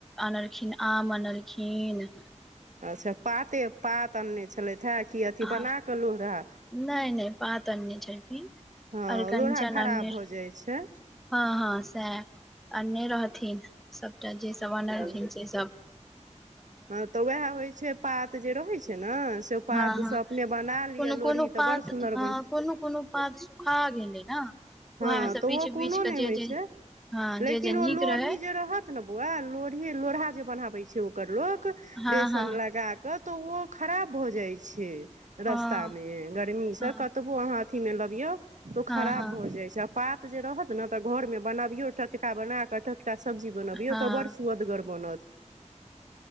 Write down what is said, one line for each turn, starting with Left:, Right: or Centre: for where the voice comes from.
Centre: अनलखिन आम अनलखिन
Right: अच्छा पाते पात अनने छलथि हे कि अथी
Centre: ह
Right: बना कऽ लौल रहे
Centre: नहि नहि पात अनने छलखिन
Right: हँ
Centre: अरिकंचन
Right: लोढ़ा खराब
Centre: अनने
Right: भऽ
Centre: रहै
Right: जाइ छै
Centre: हँ हँ सैह अनने रहथिन सभटा जेसभ अनलखिन
Right: हँ
Centre: सेसभ
Right: हँ तऽ उएह होइ छै पात जे रहै छै न से ओ पात
Centre: हँ हँ
Right: सँ अपने बना लिय
Centre: कोनो
Right: लोढ़ी
Centre: कोनो
Right: तऽ
Centre: पात
Right: बड़ सुन्दर
Centre: हँ
Right: बन
Centre: कोनो कोनो पात सुखा गेलै ने
Right: हँ
Centre: उएह मे सब
Right: तऽ ओहो
Centre: बीछ
Right: कोनो
Centre: बीछ के
Right: नहि
Centre: जे
Right: होइत
Centre: जे
Right: छै
Centre: हँ जे
Right: लेकिन
Centre: जे नीक
Right: ओ लोढ़ी
Centre: रहै
Right: जे रहत ने ब‌उआ लोढ़ी लोढ़ा जे बनाबै छै ओकर लोक
Centre: हँ
Right: बेसन
Centre: हँ
Right: लगाकऽ तऽ ओ खराब भऽ जाइ छै रस्ता
Centre: हँ
Right: मे गर्मीसँ
Centre: हँ
Right: कतबो अहाँ अथी मे लबियौ ओ
Centre: हँ
Right: खराब
Centre: हँ
Right: भऽ जाय छै पात जे रहत ने तऽ घर मे बनबियौ टटका बना कऽ टट का सब्जी बनबियौ
Centre: हँ
Right: तऽ बड़ सुअदगर बनत